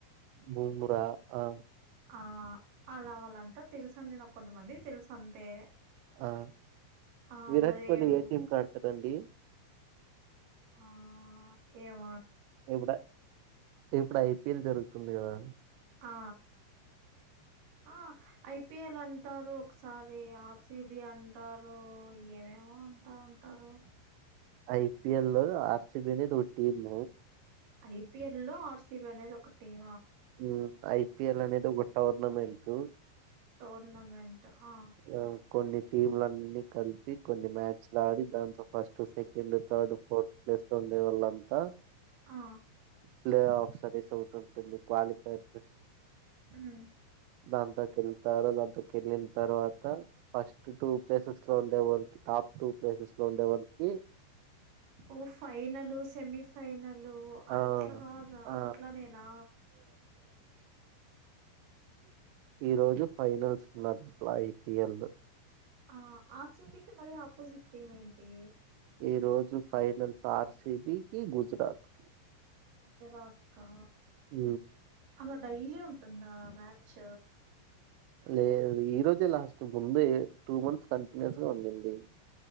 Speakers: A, on the right; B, on the right.
A: భూమురా ఆ
B: ఆ అలా వాళ్ళంతా తెలుసుందిడి నాకు కొంతమందికి తెలుసు అంతే
A: ఆ
B: ఆ
A: విరాట్
B: మరి
A: కోహ్లీ
B: ఏం
A: ఏ టీం కాడుతారు అండి
B: ఆ ఏమొ
A: ఇప్పుడ ఇప్పుడు ఐపిఎల్ జరుగుతుంది కదా
B: ఆ ఆ ఐపిిఎల్ అంట అంటారు ఒకసారి ఆర్సిబి అంటారు ఏమేమో అంటా ఉంటారు
A: ఐపిఎల్ లో ఆర్సిబి అనేది ఒక టీమ్
B: ఐపిఎల్ లో ఆర్సిబి అనేది ఒక టీం
A: ఉ ఐ పిఎల్ అనేదో టోర్నమెంట్
B: టోర్నమెంట్ ఆ
A: అ కొం టీంలన్నిీ కలిపి కొన్ని మ్యాచ్లు ఆడి దాంతో first second third fourth place లో ఉండే వాళ్ళంతా
B: ఆ
A: ప్లేఫ్ సర్వీస్ అవటం పలి క్వాలిఫైర్స్
B: ఉమ్.
A: దాంతా కెళ్తారు దాంత కలి తర్వాత ఫస్ట్ టూ ప్లేసెస్ లో ఉండే వాళ్ళకి టాప్ టూ ప్లేసెస్ లో ఉండే వాళ్ళకి
B: ఓ ఫైైనల్ సెమీ ఫైైనల్ వాళ్ళు అట్లా
A: ఆ
B: కాదా
A: ఆ
B: అట్లా నేనా
A: ఈరోోజు ఫైనల్స్ ఉన్నది అట్లా ఐపీఎల్
B: ఆ ఆర్ సి బి కి మరి ఆపోజిట్ టీమ్ ఏంటి
A: ఈ రోజు ఫైనల్స్ ఆర్సిబికిి గుజరాత్ కి
B: గుజరాత్ కా
A: అ
B: అలా డైలీ ఉంటుందా మ్యాచ్
A: లేదు ఈ రోజే లాస్ట్ ముంద టూ మంత్స్ కంటిన్యూస్ గా ఉందిండీ